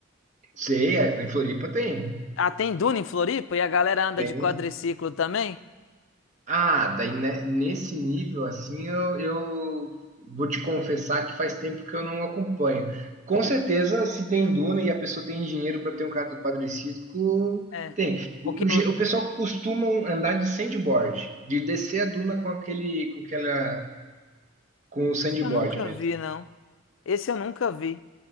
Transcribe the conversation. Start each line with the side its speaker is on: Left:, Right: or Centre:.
Right: Sei, é, em Floripa tem.
Left: Ah, tem Duna em Floripa e a galera anda
Right: Tem.
Left: de quadriciclo também?
Right: Ah, daí né, nesse nível, assim, eu, eu vou te confessar que faz tempo que eu não acompanho. Com
Left: É.
Right: certeza, se tem duna e a pessoa tem dinheiro para ter um quadro quadriciclo,
Left: é.
Right: tem. O,
Left: Porque
Right: o ge-
Left: eu-
Right: o pessoal costuma andar de sandboard, de descer a duna com aquele, com aquela, com o sandboard
Left: esse eu nunca
Right: mesmo.
Left: vi, não. Esse eu nunca vi.